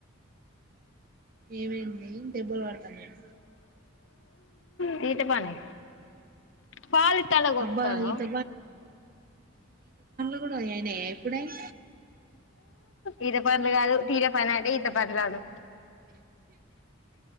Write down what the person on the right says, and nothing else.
ఏమైంది దెబ్బలు పడుతున్నాయా.
అబ్బా ఈత <unintelligible> ఎప్పుడైయ్